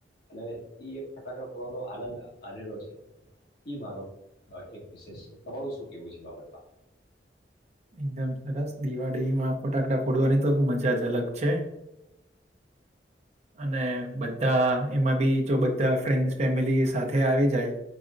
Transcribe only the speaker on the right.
એકદમ સરસ, દિવાળીમાં ફટાકડા ફોડવાની તો મજા જ અલગ છે! અને બધા એમાં બી જો બધા ફ્રેન્ડસ ફેમિલી સાથે આવી જાય,